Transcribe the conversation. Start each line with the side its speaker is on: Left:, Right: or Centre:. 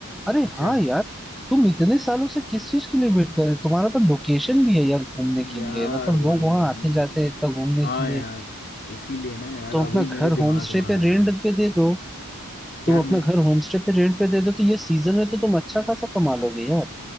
Centre: अरे
Left: अच्छा
Centre: हाँ यार तुम इतने सालों से किस चीज के लिए वेट कर रहे हो? तुम्हारा तो लोकेशन भी है यार घूमने के
Left: यार
Centre: लिए मतलब
Left: वही
Centre: लोग वहां
Left: ना
Centre: आते
Left: मेरे
Centre: जाते
Left: को
Centre: हैं इतना घूमने
Left: हाँ
Centre: के लिए
Left: यार इसीलिए ना यार
Centre: तो अपना
Left: अभी
Centre: घर
Left: मेरे दिमाग
Centre: होम स्टे
Left: में आया
Centre: पे रेंट पे दे दो तुम
Left: यार
Centre: अपना
Left: मैं
Centre: घर होमस्टे पे रेंट पे दे दो तो ये सीजन में तो तुम अच्छा खासा कमा लोगे यार